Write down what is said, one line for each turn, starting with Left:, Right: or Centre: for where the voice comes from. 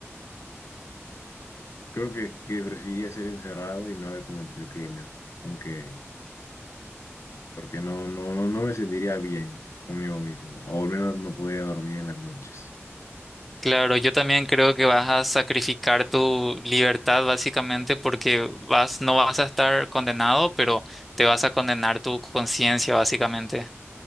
Left: creo que, que preferiría ser encerrado y no haber cometido el crimen, aunque, porque no, no, no, no me sentiría bien conmigo mismo, o al menos no podría dormir en las noches.
Centre: Claro, yo también creo que vas a sacrificar tu libertad básicamente porque vas, no vas a estar condenado, pero te vas a condenar tu conciencia básicamente.